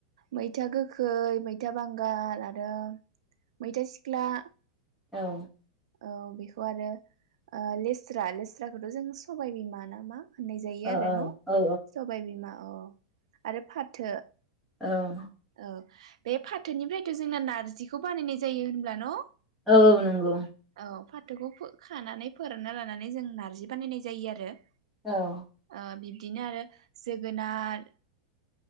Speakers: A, on the right; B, in the centre.
A: मैथा गोखै, मैथा बांगाल आरो मैथा सिख्ला।
B: औ
A: औ बेखौ आरो ओ लेस्रा लेस्राखौथ जों सबाय बिमा नामा होननाय जायो
B: औ
A: आरो न
B: औ
A: सबाय बिमा अ आरो फाथो।
B: औ
A: औ बे फाथोनिफ्रायथ जोंना नारजिखौ बानायनाय जायो होनब्ला न?
B: औ औ नंगौ
A: औ फाथोखौ फो खानानै फोरानना लानानै जों नारजि बानायनाय जायो आरो।
B: औ
A: आ बिबदिनो आरो जोगोनार